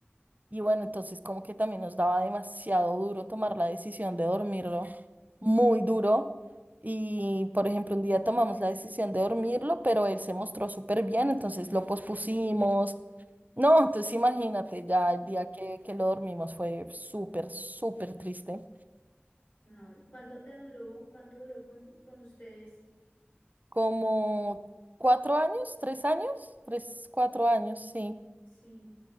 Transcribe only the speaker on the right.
Y bueno, entonces como que también nos daba demasiado duro tomar la decisión de dormirlo, muy duro. Y por ejemplo, un día tomamos la decisión de dormirlo, pero él se mostró súper bien, entonces lo pospusimos. No, entonces imagínate, ya
el día que, que lo dormimos fue súper, súper triste.
Como cuatro años, tres años, tres, cuatro años, sí.